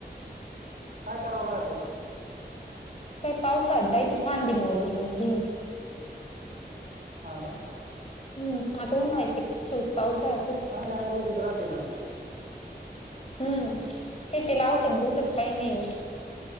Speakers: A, on the right; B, on the left.
A: काय करावं लागत तला?
B: का पावसाात जाय क थांडी मोडून घेऊ.
A: हा का?
B: हम्म. आता उन्हाळ्याची शिक पावसा आहे.
A: चांगले आयुर्वेदिक राहतील ना ते?
B: हम्म ते त्याला औषध ब्युशध काही नाहीय.